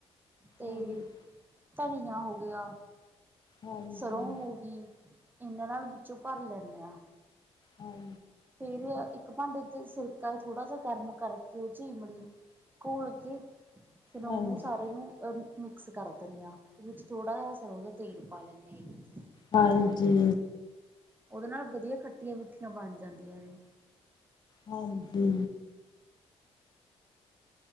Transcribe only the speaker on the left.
ਹਾਂਜੀ
ਹਾਂਜੀ
ਹਾਂ।
ਹਾਂਜੀ
ਹਾਂਜੀ।
ਹਾਂਜੀ।